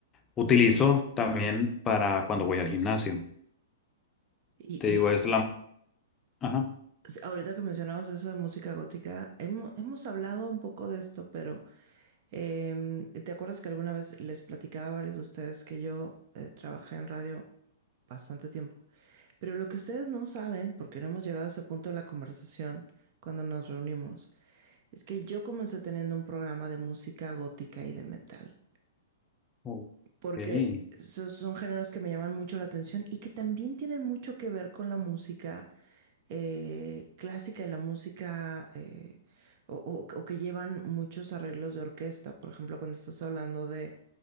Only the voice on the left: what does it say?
utilizo también para cuando voy al gimnasio.
Te digo, es la... Ajá.
Ok,
sí.